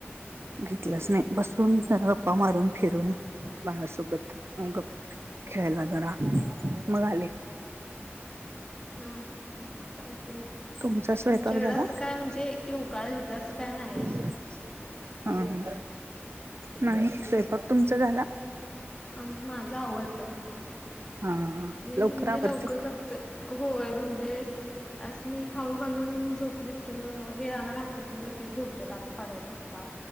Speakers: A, on the right; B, on the left.
A: घेतलंच नाही बसून जरा पप्पा मारून फिरून. बाळासोबत मग खेळायला जरा मग आले. <inaudible>
B: हा हा चालतयं
A: तुमचा स्वयंपाक
B: आमच्याकड
A: झाला?
B: अस काय म्हणजे योगा हिज असं काय नाहीये.
A: हा ह नाही स्वयंपाक तुमचा झाला.
B: आ माझं आवरलं.
A: हा हा
B: मीही म्हणजे
A: आवरते?
B: लवकर करते, होय म्हणजे त्यासनी खाऊ घालून झोपलीत कि, मग वेळानं घातले कि, मग लगेच झोपतेतआठ- साडेआठ वाजता.